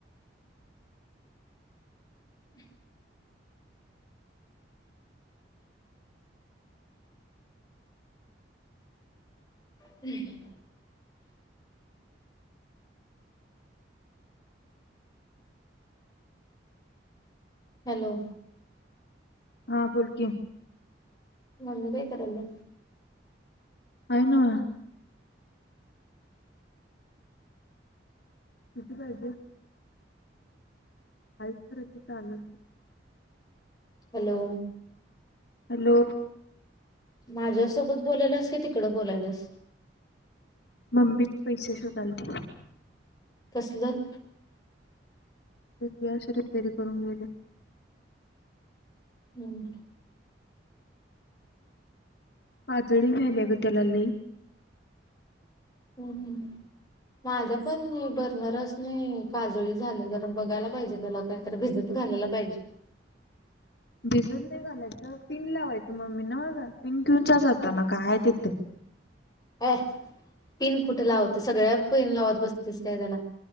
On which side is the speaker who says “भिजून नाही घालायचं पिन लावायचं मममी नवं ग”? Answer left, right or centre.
Left